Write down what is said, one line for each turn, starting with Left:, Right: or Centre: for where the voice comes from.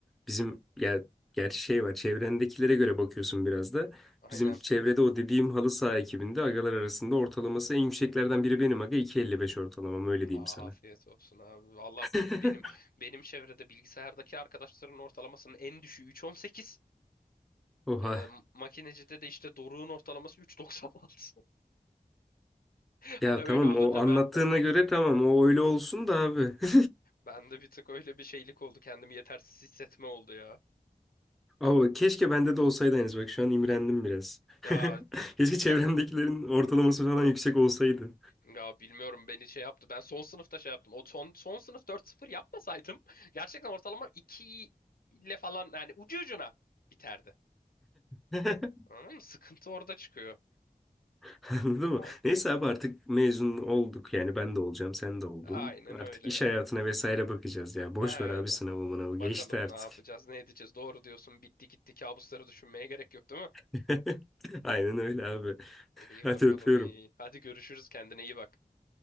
Centre: Bizim ya gerçi şey var çevrendekilere göre bakıyorsun biraz da.
Left: Aynen.
Centre: Bizim çevrede o dediğim halı saha ekibinde agalar arasında ortalaması en yükseklerden biri benim aga 2.55 ortalamam öyle diyeyim
Left: Aa,
Centre: sana.
Left: afiyet olsun abi. Valla
Centre: <laughs>
Left: biz, benim benim çevrede bilgisayardaki arkadaşların ortalamasının en düşüğü 3,18.
Centre: Oha.
Left: Ee, makinecide de işte Doruk'un ortalaması 3,96. <laughs>
Centre: Ya
Left: Hani öyle
Centre: tamam
Left: olunca
Centre: o anlattığına
Left: ben, ben,
Centre: göre tamam o öyle olsun da abi. <laughs>
Left: ben de bir tık öyle bir şeylik oldu. Kendimi yetersiz hissetme oldu ya.
Centre: Abi keşke bende de olsaydı henüz bak şu an imrendim biraz. <laughs>
Left: Ya
Centre: Keşke
Left: ben,
Centre: çevremdekilerin ortalaması falan yüksek olsaydı.
Left: Ya bilmiyorum beni şey yaptı. Ben son sınıfta şey yaptım. O son, son sınıf dört sıfır yapmasaydım <laughs> gerçekten ortalama 2 ile falan yani ucu ucuna biterdi.
Centre: <laughs>
Left: Anladın mı? Sıkıntı orada çıkıyor.
Centre: <laughs> Anladın
Left: Wow.
Centre: mı? Neyse abi artık mezun olduk yani ben de olacağım sen de oldun.
Left: Aynen
Centre: Artık
Left: öyle
Centre: iş
Left: ya.
Centre: hayatına vesaire bakacağız ya. Boş
Left: Aynen.
Centre: ver abi sınavı mınavı
Left: Bakalım
Centre: geçti artık.
Left: ne yapacağız, ne edeceğiz. Doğru diyorsun. Bitti gitti. Kabusları düşünmeye gerek yok, değil mi?
Centre: <laughs> Aynen öyle abi.
Left: İyi
Centre: Hadi
Left: bakalım
Centre: öpüyorum.
Left: iyi. Hadi görüşürüz. Kendine iyi bak.